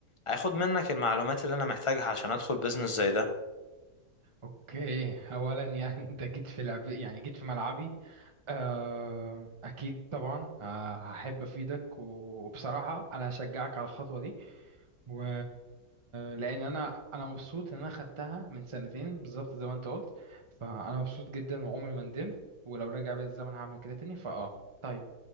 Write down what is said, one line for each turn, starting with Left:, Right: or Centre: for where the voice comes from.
Left: اخد منك المعلومات اللي انا محتاجها عشان ادخل بزنس زي ده
Right: اوكي اولا يعني انت جيت في لعب يعني جيت في ملعبي آه، اكيد طبعا ه- هحب افيدك و- وبصراحه انا هشجعك على الخطوه دي و... لان انا انا مبسوط ان انا خدتها من سنتين بالظبط زي ما انت قلت فانا مبسوط جدا وعمري ما ندمت ولو رجع بيا الزمن هعمل كده تاني فاه طيب